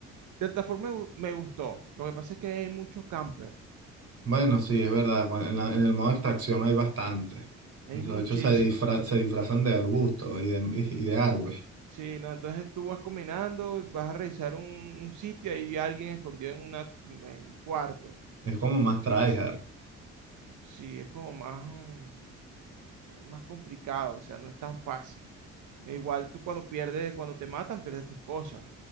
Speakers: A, on the right (about 75°); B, on the right (about 50°).
A: cierta forma me gustó. Lo que pasa es que hay muchos campers,
B: Bueno, sí, es verdad. cuan- En, la- en el modo extracción hay bastante.
A: hay
B: De
A: muchísimos.
B: hecho, se, disfra- se disfrazan de arbustos y de, <laughs> y de árbol.
A: Sí, no, entonces tú vas combinando, vas a revisar un, un sitio, hay alguien escondido en una en un cuarto.
B: Es como más
A: Entonces,
B: tryhard.
A: sí, es como más, mm, más complicado, o sea, no es tan fácil. E igual tú cuando pierdes, cuando te matan, pierdes tus cosas.